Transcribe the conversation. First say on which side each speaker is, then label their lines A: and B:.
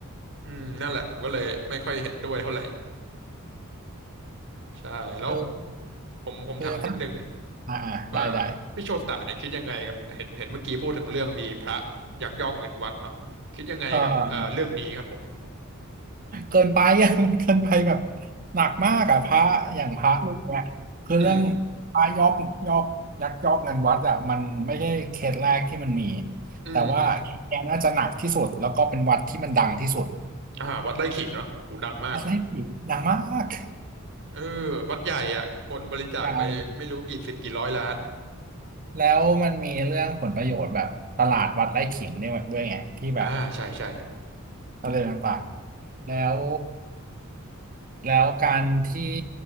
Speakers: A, on the right; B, on the right.
A: อืมนั่นแหละผมก็เลยไม่ค่อยเห็นด้วยเท่าไหร่ใช่แล้ว
B: เออ
A: ผมผมถามนิดนึง
B: คือถ้าอ่าอ่าได้ได้
A: ว่าพี่โชตะเนี่ยคิดยังไงกับเห็นเห็นเมื่อกี้พูดถึงเรื่องมีพระยักยอกเงินวัดเนาะคิดยังไงกับเอ่อเรื่องนี้ครับผม
B: เออเออ เกินไปอ่ะ <laughs> มันเกินไปแบบหนักมากอ่ะพระอย่างพระลูกเนี่ยคือเรื่อง
A: อืม
B: พระยอกยอกยักยอกเงินวัดอ่ะมันไม่ใช่เคสแรกที่มันมี
A: อืมอืม
B: แต่ว่าเคสเนี้ยน่าจะหนักที่สุดแล้วก็เป็นวัดที่มันดังที่สุด
A: อ่าวัดไร่ขิงเนาะโอ้โหดังมาก
B: วัดไร่ขิงดังมาก
A: เออวัดใหญ่อ่ะคนบริจาคไปไม่รู้กี่สิบกี่ร้อยล้าน
B: ใหา่แล้วมันมีเรื่องผลประโยชน์แบบตลาดวัดไร่ขิงด้วยด้วยไงที่แบบ
A: อ่าใช่ใช่
B: ประเดนต่างๆแล้ว แล้วการที่